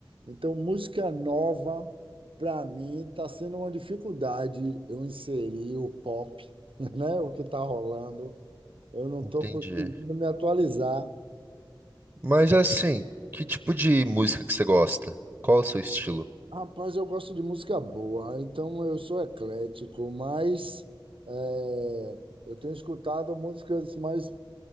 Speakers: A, on the right; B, on the right.
A: Então, música nova, para mim, está sendo uma dificuldade eu inserir o pop, <laughs> né? O que está rolando. Eu não
B: Entendi.
A: estou conseguindo me atualizar.
B: Mas assim, que tipo de música que você gosta? Qual é o seu estilo?
A: Rapaz, eu gosto de música boa, então eu sou eclético, mas eh, eu tenho escutado músicas mais